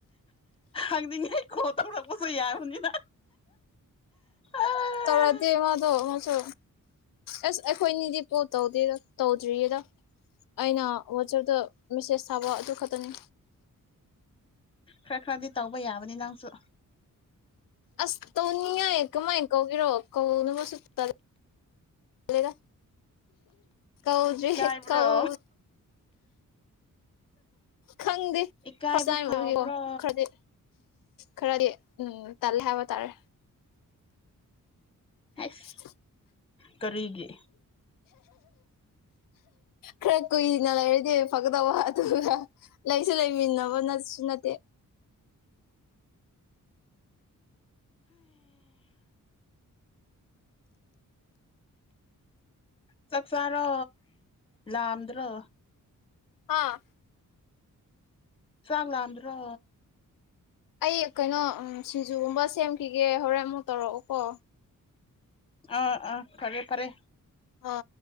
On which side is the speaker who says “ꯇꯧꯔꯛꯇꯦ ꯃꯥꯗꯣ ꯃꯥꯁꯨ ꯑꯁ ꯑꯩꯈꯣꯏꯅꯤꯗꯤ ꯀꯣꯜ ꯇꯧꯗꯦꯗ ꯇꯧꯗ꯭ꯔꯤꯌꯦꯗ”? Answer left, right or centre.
Left